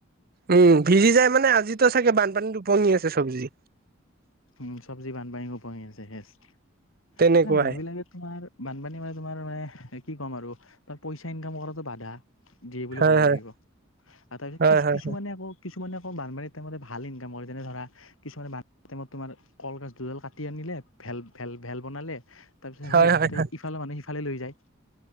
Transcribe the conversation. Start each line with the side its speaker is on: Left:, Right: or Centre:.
Right: উম ভিজি যাই মানে আজিতো চাগে বানপানীত উপঙি আছে চব্জি।
Left: উম চব্জি বানপানীত উপাঙি আছে <unintelligible>
Right: তেনেকুৱাই
Left: এ মানুহবিলাকে তোমাৰ বানপানী মানে তোমাৰ মানে কি ক'ম আৰু তাক পইচা ইনকাম কৰাতো বাধা। দিয়ে বুলি
Right: হয়
Left: ক'ব
Right: হয়
Left: লাগিব, অ' তাৰপিছত
Right: হয়
Left: কিছ-কিছ-কিছুমানে
Right: হয়
Left: আকৌ কিছুমানে আকৌ বানপানীত থাকোঁতে ভাল ইনকাম কৰে যেনে ধৰা কিছুমানে বান টাইমত তোমাৰ কলগাছ দুডাল কাটি আনিলে ভেল-ভেল-ভেল বনালে তাৰপিছত
Right: হয়
Left: সেই
Right: হয়
Left: তাতে
Right: হয়
Left: ইফ তালে মানে সিফালে লৈ যায়।